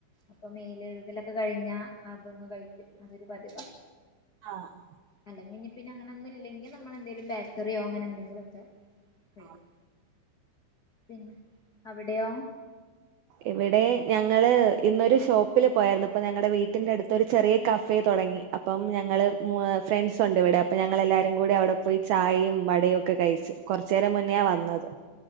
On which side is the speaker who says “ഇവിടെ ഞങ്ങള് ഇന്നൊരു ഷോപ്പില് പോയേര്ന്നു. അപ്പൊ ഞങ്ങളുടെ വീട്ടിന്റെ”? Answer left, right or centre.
Right